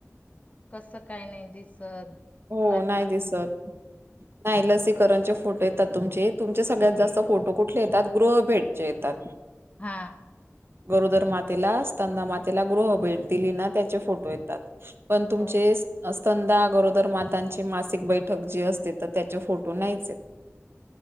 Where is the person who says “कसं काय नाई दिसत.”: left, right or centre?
Left